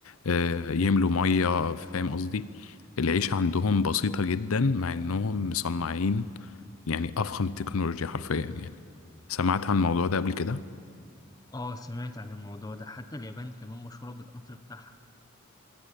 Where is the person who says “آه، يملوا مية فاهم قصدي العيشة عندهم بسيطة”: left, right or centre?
Left